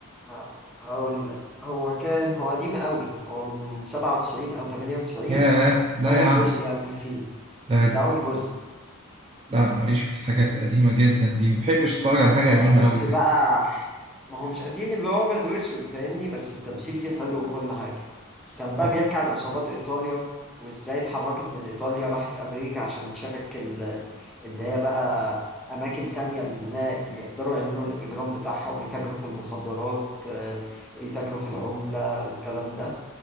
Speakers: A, in the centre; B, on the right (about 25°).
A: ه- هقول لك هو كان هو قديم قوي هو من 97 او 98
B: ياه لا
A: اول
B: يا عم
A: جزء يعني فيه
B: ده
A: ده اول جزء
B: لا ماليش في الحاجات القديمة جدا دي ما بحبش اتفرج على حاجة
A: آه،
B: قديمة
A: بس
B: قوي كده
A: بقى ما هو مش قديم اللي هو ابيض واسود فاهمني بس التمثيل فيه حلو وكل حاجه كان بقى
B: اه
A: بيحكي عن عصابات ايطاليا وازاي اتحركت من ايطاليا راحت امريكا عشان تشكل آه، اللي هي بقى اماكن تانية اللي النا- يقدروا يعملوا الاجرام بتاعهم يتاجروا في المخدرات آه، يتاجروا في العمله والكلام ده